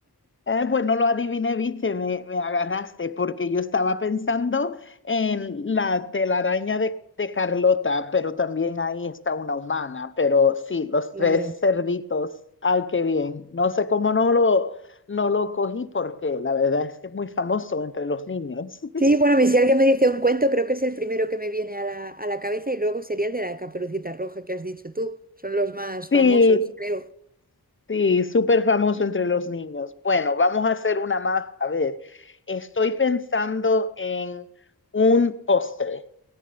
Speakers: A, on the left; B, on the right.
A: Eh, pues no lo adiviné, viste, me, me agarraste, porque yo estaba pensando en la telaraña de, de Carlota, pero también ahí está una humana. Pero sí, los
B: Claro.
A: tres cerditos. Ay, qué bien. No sé cómo no lo, no lo cogí, porque la verdad es que es muy famoso entre los niños. <laughs>
B: Sí, bueno, y si alguien me dice un cuento, creo que es el primero que me viene a la, a la cabeza y luego sería el de la Caperucita Roja que has dicho tú. Son los más famosos,
A: Sí,
B: creo.
A: sí, súper famoso entre los niños. Bueno, vamos a hacer una más. A ver, estoy pensando en un postre.